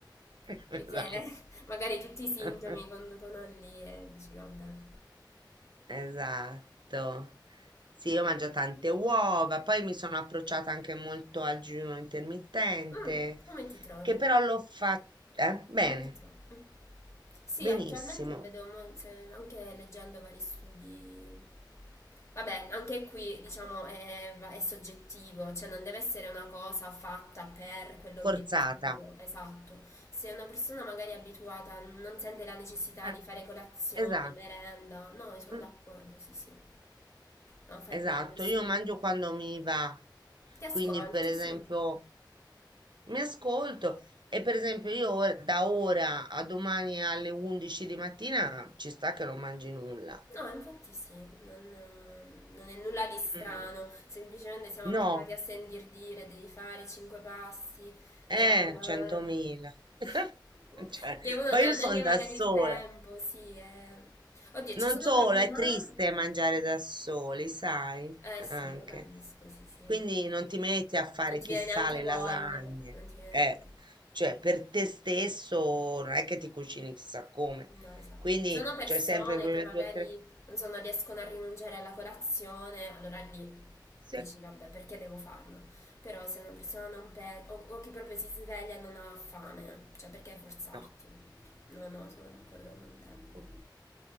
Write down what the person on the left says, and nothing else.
<laughs>
perché magari tutti i sintomi
conducono lì e dici vabbè.
Mm, come ti trovi?
Come ti sa? Mm. Sì,
attualmente vedo mo- se- anche leggendo vari studi. Vabbè, anche qui diciamo è, va- è soggettivo, cioè non deve essere una cosa fatta per quell'obiettivo,
esatto. Se una persona magari è abituata non sente la necessità
di fare colazione,
merenda, no, io sono
d'accordo, sì, sì. No, fai
bene, assolutamente.
Ti ascolti,
sì.
No, infatti sì, non, non è nulla di strano,
semplicemente siamo
abituati a sentir dire devi fare cinque passi,
merenda,
eh. <laughs>
che uno
non ha
neanche
magari
il tempo, sì. eh. Oddio,
ci sono
problematiche?
Eh sì,
lo capisco, sì, sì.
Non ti
viene neanche
voglia,
non ti viene
neanche...
No, esatto.
Ci sono persone
che magari,
non so, non riescono a rinunciare alla colazione, allora lì dici,
vabbè, perché devo farlo? Però se una persona non pensa, o, o che proprio si sveglia e non ha fame, cioè perché forzarti?
No, no, sono d'accordo con te.